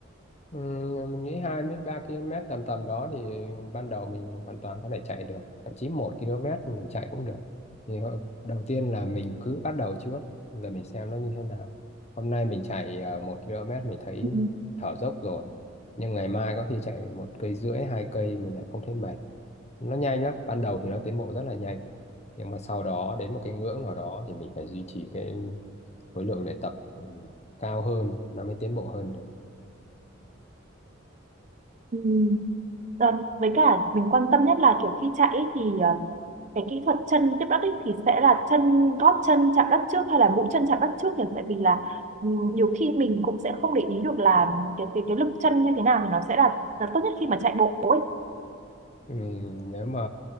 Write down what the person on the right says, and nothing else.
Ừ.
Ừ. Ờ, với cả mình quan tâm nhất là kiểu khi chạy ấy thì ờ, cái kỹ thuật chân tiếp đất ấy thì sẽ là chân gót chân chạm đất trước hay là mũi chân chạm đất trước nhỉ? Tại vì là ừ, nhiều khi mình cũng sẽ không để ý được là cái cái, cái lực chân như thế nào thì nó sẽ là, là tốt nhất khi mà chạy bộ ấy.